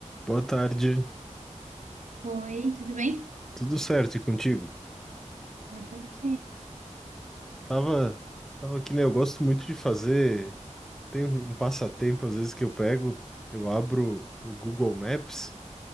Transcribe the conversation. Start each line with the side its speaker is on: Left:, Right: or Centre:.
Centre: Boa tarde,
Right: Oi, tudo bem?
Centre: tudo certo e contigo?
Right: Tudo ok.
Centre: Tava, tava aqui, né? Eu gosto muito de fazer. Tem um um passatempo às vezes que eu pego, eu abro o Google Maps,